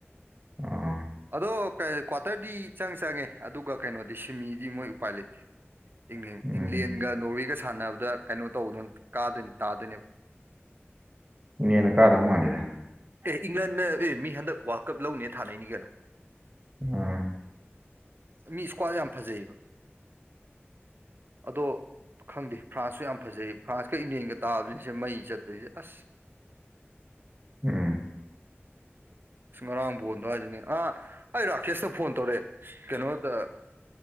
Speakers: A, on the right; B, on the right.
A: ꯑꯣ
B: ꯑꯗꯣ ꯀꯩ ꯀ꯭ꯋꯥꯇꯔꯗꯤ ꯆꯪ ꯆꯪꯉꯦ ꯑꯗꯨꯒ ꯀꯩꯅꯣꯗꯤ ꯁꯤꯃꯤꯗꯤ ꯃꯣꯏ ꯎꯄꯥꯏ ꯂꯩꯇꯦ ꯏꯪꯂꯦꯟ
A: ꯎꯝ
B: ꯏꯪꯂꯦꯟꯒ ꯅꯣꯔꯋꯦꯒ ꯁꯥꯟꯅꯕꯗ ꯀꯩꯅꯣ ꯇꯧꯕꯗꯨꯅ ꯀꯥꯗꯣꯏ ꯇꯥꯗꯣꯏꯅꯦꯕ
A: ꯏꯪꯂꯦꯟꯅ ꯀꯥꯗꯧ ꯃꯥꯜꯂꯦꯗ
B: ꯑꯦ ꯏꯪꯂꯟꯅ ꯑꯦ ꯃꯤ ꯍꯟꯗꯛ ꯋꯥꯜ ꯀꯞ ꯂꯧꯅꯦ ꯊꯥꯅꯩꯅꯤ ꯀꯩꯅꯣ
A: ꯑꯣ
B: ꯃꯤ ꯁꯀ꯭ꯋꯥꯠ ꯌꯥꯝ ꯐꯖꯩꯑꯦꯕ
A: <inaudible>
B: ꯑꯗꯣ ꯈꯪꯗꯦ ꯐ꯭ꯔꯥꯟꯁꯁꯨ ꯌꯥꯝ ꯐꯖꯩ ꯐ꯭ꯔꯥꯟꯁꯀ ꯏꯪꯂꯦꯟꯒ ꯇꯥꯕꯖꯤꯁꯦ ꯃꯩ ꯆꯠꯇꯣꯏꯖꯦ ꯑꯁ
A: ꯎꯝ
B: ꯁꯨ ꯉꯔꯥꯡ ꯕꯣꯟꯗꯣ ꯍꯥꯏꯗꯤꯅꯦ ꯑꯥ ꯑꯩ ꯔꯥꯀꯦꯁꯇ ꯐꯣꯟ ꯇꯧꯔꯑꯦ ꯀꯩꯅꯣꯗ